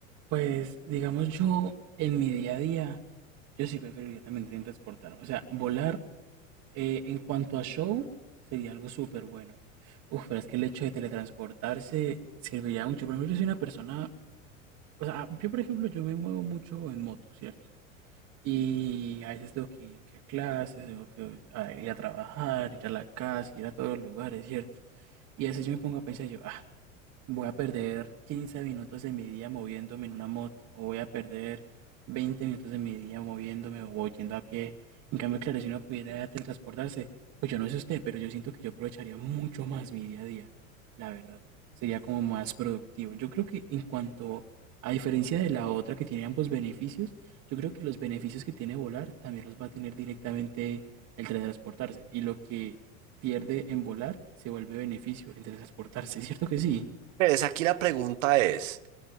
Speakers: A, on the right; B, on the right.
A: Pues, digamos yo, en mi día a día, yo sí preferiría también teletransportarme. O sea, volar Eh, en cuanto a show, sería algo súper bueno. Uf, pero es que el hecho de teletransportarse serviría mucho. Por ejemplo, yo soy una persona, o sea, yo por ejemplo, yo me muevo mucho en moto, ¿cierto? Y a veces tengo que ir que a clases, tengo que a- ir a trabajar, ir a la casa, ir a todos los lugares, ¿cierto? Y a veces yo me pongo a pensar yo, ah, Voy a perder 15 minutos de mi día moviéndome en una moto, o voy a perder 20 minutos de mi día moviéndome o yendo a pie. En cambio, claro, si uno pudiera teletransportarse, pues yo no sé usted, pero yo siento que yo aprovecharía mucho más mi día a día, la verdad. Sería como más productivo. Yo creo que en cuanto, a diferencia de la otra que tiene ambos beneficios, yo creo que los beneficios que tiene volar también los va a tener directamente el teletransportarse. Y lo que pierde en volar se vuelve beneficio en teletransportarse, ¿cierto que sí?
B: Pues aquí la pregunta es,